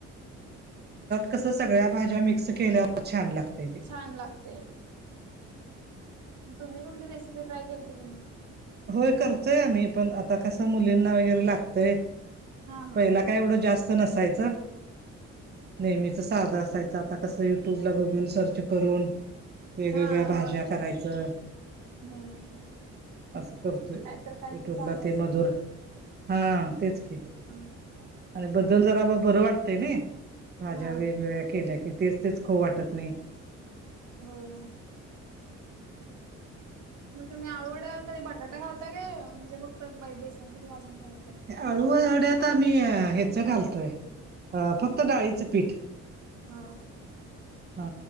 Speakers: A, on the right; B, on the right.
A: कस सगळ्या भाज्या मिक्स केल्यावर छान लागतय. ते.
B: छान लागतय? तुम्ही कुठली रेसिपी ट्राय केलती का नाही.
A: होय करतोय आम्ही पण आता कसं मुलींना वगैरे लागतंय?
B: हा
A: पहिला
B: हा
A: काय एवढं जास्त नसायचं? नेहमीच साधं असायचं आता कसं युट्यूब ला बघून सर्च करून. वेगवेगळ्या
B: हा हा
A: भाज्या
B: होय
A: करायचं.
B: हम्म
A: असं करतोय
B: काय तर काय
A: युट्यूबला
B: तर चालू
A: ते
B: असते
A: मधुर हा तेच की.
B: <inaudible>
A: आणि बद्दल जरा बरं वाटतय नाही भाज्या
B: हा
A: वेगवेगळ्या केल्या की तेच तेच खावू वाटत नाही.
B: होय. मग तुम्ही आळूवड्या मध्ये बटाटा घालताय म्हणजे फक्त बेसनपीठ घालून घालताय.
A: अळुवड्यात आम्ही हेंच घालतोय फक्त डाळीचं पीठ?
B: हा
A: हा